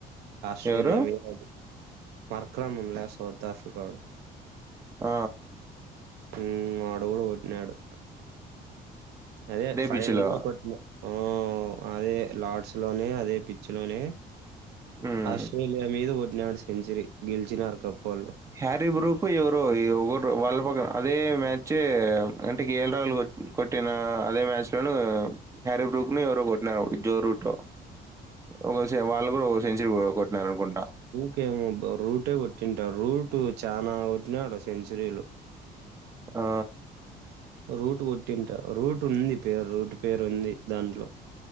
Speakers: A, on the right; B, on the right.
A: ఆస్ట్రేలియా
B: ఎవరు
A: మీ అది మక్రమున్ల సౌతఫికడు
B: ఆ
A: ఉమ్ అడగుడ కొట్టినాడు అదే ఫైనల్లో
B: పిచ్ లో
A: కొట్టినా ఆ అదే లార్డ్స్లోనే అదే పిచ్ లోనే
B: మ్మ్
A: అశ ఇల్ల మీద ఒకటినాడు సెంచురీ గెలిచినారు కప్ప వాళ్ళు
B: హ్యారీ బ్రూకు ఎవరో ఈ ఒకరు వాళ్ళ పక్క అదే మ్యాచ్ అంటే కేల్ రాహుల్ కోట్ కొట్టిన అదే మ్యాచ్లోనుూ హ్యారీ బ్రూక్ ను ఎవరో కొట్టినారు జో రూటో ఒక సే వాళ్ళు కూడా ఒక సెంచురీ కొట్నారనుకుంటా
A: కేమో రూటే కొట్టింట రూటు చానా కొట్టినాడు సెంచురీలు
B: ఆ
A: రూటు కొట్టింట రూట్ ఉంది పేరు రూటు పేరు ఉంది దాంట్లో